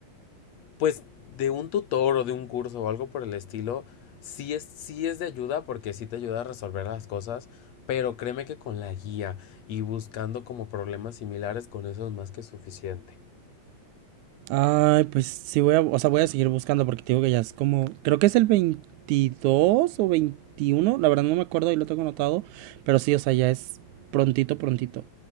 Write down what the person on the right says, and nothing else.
Ay, pues sí voy a, o sea, voy a seguir buscando porque te digo que ya es como, creo que es el 22 o 21, la verdad no me acuerdo y lo tengo anotado, pero sí, o sea, ya es prontito, prontito.